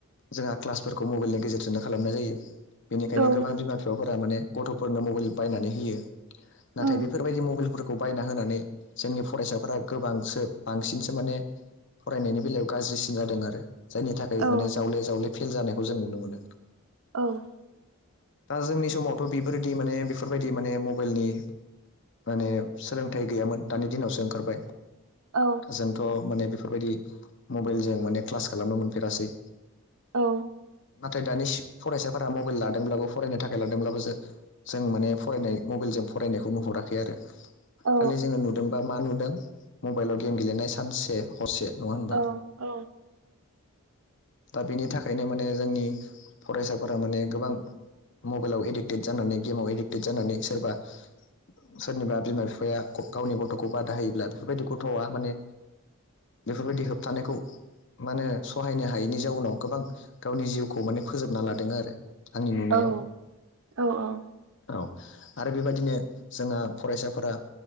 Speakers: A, on the left; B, on the right.
A: जोंहा क्लासफोरखौ मबाइलनि गेजेरजोंनो खालामनाय जायो। बेनिखायनो
B: औ
A: गोबां
B: औ
A: बिमा बिफाफोरा माने गथ'फोरनो मबाइल बायनानै होयो। नाथाय
B: उम
A: बेफोरबायदि मबाइलफोरखौ। बायना होनानै जोंनि फरायसाफोरा गोबांसो बांसिनसो माने। फरायनायनि बेलायाव गाज्रिसिन जादों आरो जायनि थाखाय
B: औ
A: माने जावले जावले फेल जानायखौ जों नुनो मोनो।
B: औव।
A: दा जोंनि समावथ' बेफोरदि माने बेफोरबायदि माने मबाइलनि। माने सोलोंथाइ गैयामोन दानि दिनावसो ओंखारबाय।
B: औ
A: जोंथ' माने बेफोरबायदि मबाइलजों माने क्लास खालामनो मोनफेरासै।
B: औ
A: नाथाय दानि फरायसाफोरा मबाइल लादोंब्लाबो फरायनो थाखाय लादोंब्लाबो जो-जों माने फरायनाय मबाइलजों फरायनायखौ नुहुराखै आरो।
B: औ
A: खालि जोङो नुदोंबा मा नुदों मबाइलाव गेम गेलेनाय सानसे। हसे नङा होनबा?
B: औ औ
A: दा बेनि थाखायनो माने जोंनि फरायसाफोरा माने गोबां मबाइलाव एडिक्टेड जानानै गेमाव एडिक्टेड जानानै सोरबा सोरनिबा बिमा बिफाया गावनि गथ'खौ बादा होयोब्ला बेफोरबायदि गथ'आ माने बेफोरबायदि होबथानायखौ मा होनो सहायनो हायैनि जाउनाव गोबां गावनि जिउखौ माने फोजोबना लादों आरो। आंनि नुनायाव
B: औ औ औ।
A: औ आरो बेबायदिनो जोंहा फरायसाफोरा